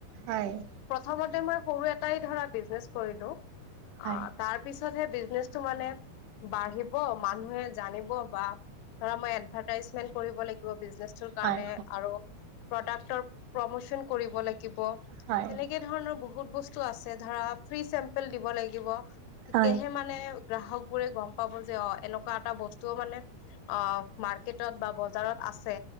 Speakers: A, on the right (about 85°); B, on the left (about 80°).
A: হয়
B: প্ৰথমতে মই সৰু এটাই ধৰা বিজনেছ কৰিলো। আহ,
A: হয়
B: তাৰপিছত সেই বিজনেচটো মানে বাঢ়িব মানুহে জানিব বা ধৰা মই এডভাৰটাইজমেন্ট কৰিব লাগিব বিছ নেছটোৰ
A: হয়
B: কাৰণে আৰু প্ৰডাক্টৰ প্ৰমোচন কৰিব লাগিব।
A: হয়
B: তেনেকে ধৰণৰ বহুত বস্তু আছে, ধৰা ফ্ৰী চেম্পল দিব লাগিব। তেতিয়াহে
A: হয়
B: মানে গ্ৰাহক বোৰে গম পাব যে অ, এনেকুৱা এটা বস্তুও মানে অ, মাৰ্কেটত বা বজাৰত আছে